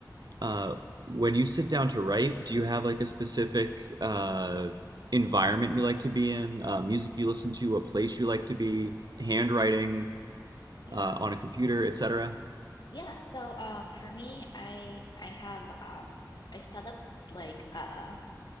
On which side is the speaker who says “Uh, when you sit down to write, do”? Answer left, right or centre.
Right